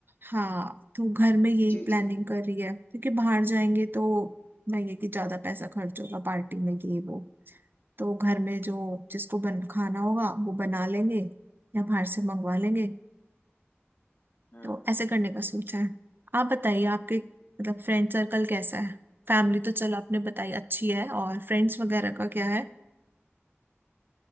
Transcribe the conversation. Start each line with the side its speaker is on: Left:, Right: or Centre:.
Right: हाँ तो घर में यही
Left: जी
Right: प्लानिंग
Left: जी
Right: कर रही है क्योंकि बाहर जाएंगे तो वही है कि ज्यादा पैसा खर्च होगा पार्टी में ये वो तो घर में जो जिसको बन खाना होगा वो बना लेंगे या बाहर से मंगवा लेंगे
Left: हम्म
Right: तो
Left: हम्म।
Right: ऐसे करने का सोचा है आप बताइए आपके मतलब फ्रेंड सर्कल कैसा है फैमिली तो चलो आपने बताई अच्छी है और फ्रेंड्स वगैरह का क्या है